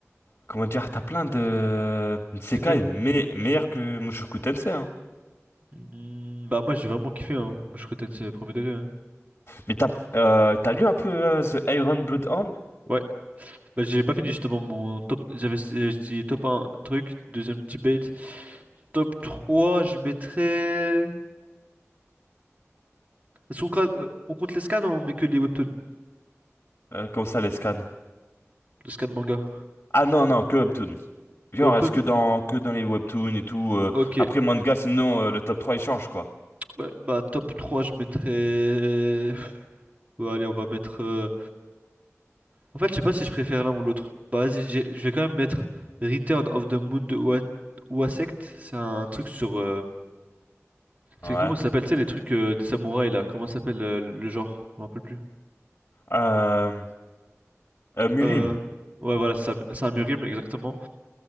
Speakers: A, on the left (about 45°); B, on the right (about 30°).
A: comment dire, t'as plein de isekai
B: C'est quand même.
A: mais meilleurs que Mushoku Tensei, hein.
B: Hmm, bah, moi, j'ai vraiment kiffé, hein. Mushoku Tensei, premier degré. hein.
A: Mais t'as, euh, t'as lu un peu euh, The Iron Blood Hand?
B: Ouais, bah j'ai pas fini justement mon top. J'avais j'avais dit top un truc, deuxième petit bait. Top 3 je mettrais. Est-ce qu'on cla- euh, on compte les scans ou on met que les webtoons?
A: Euh, comment ça, les scans?
B: Les scans manga.
A: Ah non, non, que webtoon. Genre,
B: Que Webtoons?
A: est-ce que dans, que dans les webtoons et tout, euh,
B: Ok.
A: après manga, sinon, euh, le top trois il change, quoi.
B: Ouais, bah top 3, je mettrais. Bah, allez, on va mettre. euh, En fait, je sais pas si je préfère l'un ou l'autre. Bah, vas-y, j'ai- je vais quand même mettre Return of the Moon de Ua- Uasect. C'est un truc sur. euh, C'est
A: Ouais.
B: comment ça s'appelle? Tu sais, les trucs euh, des samouraïs là. Comment ça s'appelle euh, le genre? Je me rappelle plus.
A: Euh, euh, Mirim,
B: Euh... Ouais, voilà, c'est ça, Sam- Samurim, exactement.